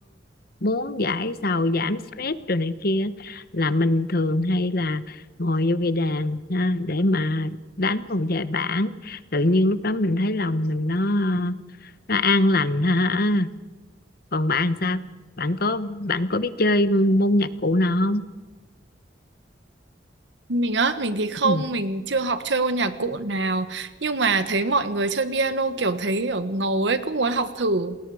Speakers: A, on the left; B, on the right.
A: muốn giải sầu giảm stress rồi này kia là mình thường hay là ngồi vô cái đàn ha, để mà đánh một vài bản tự nhiên lúc đó mình thấy lòng mình nó nó an lành ha còn bạn sao bạn có bạn có biết chơi môn nhạc cụ nào không
B: Mình á, mình thì không,
A: ừ.
B: mình chưa học chơi môn nhạc cụ nào Nhưng mà thấy mọi người chơi piano kiểu thấy kiểu ngầu ấy, cũng muốn học thử